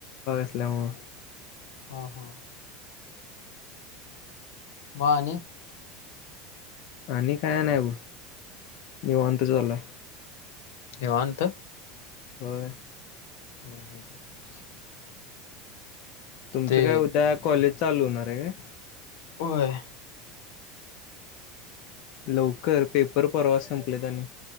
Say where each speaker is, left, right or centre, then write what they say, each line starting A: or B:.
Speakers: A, on the left; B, on the left.
A: असल्यामुळे
B: हा, हा. मग आणि?
A: आणि काय नाही बग. निवांत चालू हाय.
B: निवांत.
A: व्हय.
B: <inaudible>
A: तुमचं
B: ते
A: काय उद्या कॉलेज चालू होणार आहे काय?
B: होय.
A: लवकर पेपर परवा संपलेत आणि